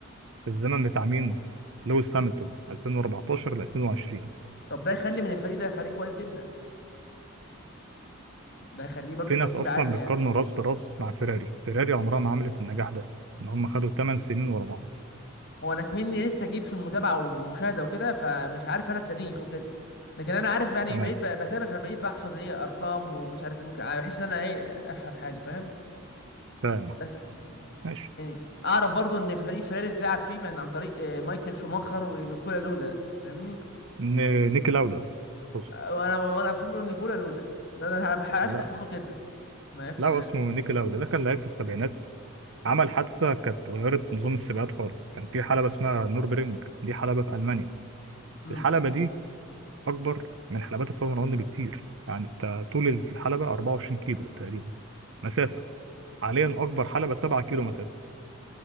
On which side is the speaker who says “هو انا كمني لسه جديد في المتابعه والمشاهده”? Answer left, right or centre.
Left